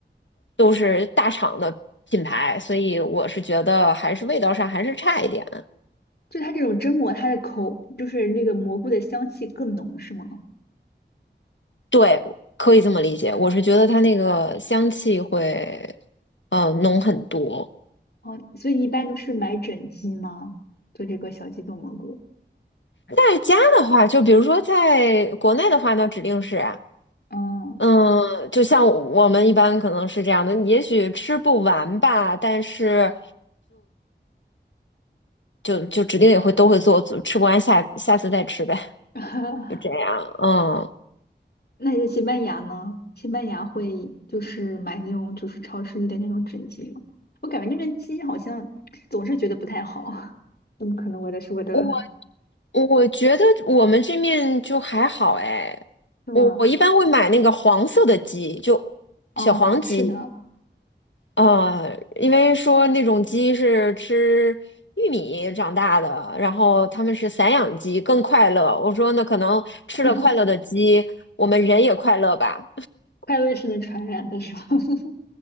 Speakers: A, on the left; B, on the left.
A: 都是大厂的品牌，所以我是觉得还是味道上还是差一点。
B: 就它这种蒸蘑，它的口就是那个蘑菇的香气更浓，是吗？
A: 对，可以这么理解，我是觉得它那个香气会呃浓很多。
B: 哦，所以你一般都是买整鸡吗？做这个小鸡炖蘑菇。
A: 在家的话，就比如说在国内的话，那指定是啊，
B: 嗯，
A: 嗯，就像我们一般可能是这样的，也许吃不完吧，但是就就指定也会都会做，吃不完下下次再吃呗，
B: <laughs>
A: 就这样。嗯，
B: 那在西班牙呢？西班牙会就是买那种就是超市里的那种整鸡吗？我感觉那边鸡好像总是觉得不太好。<laughs> 怎么可能？我的是我的，
A: 我我觉得我们这面就还好哎，
B: 是吗？
A: 我我一般会买那个黄色的鸡，就小黄鸡，
B: 哦，是的，
A: 呃，因为说那种鸡是吃玉米长大的，然后他们是散养鸡，更快乐。我说那可能吃了快乐的鸡，
B: <laughs>
A: 我们人也快乐吧。
B: 快乐是能传染的，是吧？<laughs>